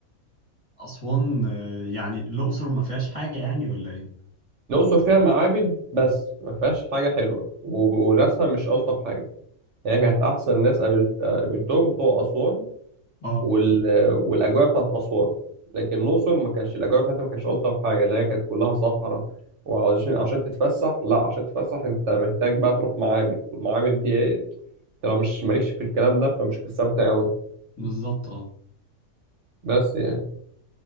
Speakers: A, on the left (about 30°); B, on the right (about 60°).
A: اسوان آه، يعني الاقصر ما فيهاش حاجه يعني ولا ايه
B: الأقصر فيها معابد بس ما فيهاش حاجة حلوة وب- وناسها مش ألطف حاجة هي كانت أحسن ناس قابلت- آه، قابلتهم بتوع أسوان
A: اه
B: وال... والاجواء بتاعت اسوان لكن الاقصر ما كانش الاجواء بتاعتها ما كانتش الطف حاجه اللي هي كانت كلها صحراء وعشان عشان تتفسح لا عشان تتفسح انت محتاج بقى تروح معابد والمعابد دي ايه انت لو مش مالكش في الكلام ده فمش هتستمتع قوي
A: بالظبط اه
B: بس يعني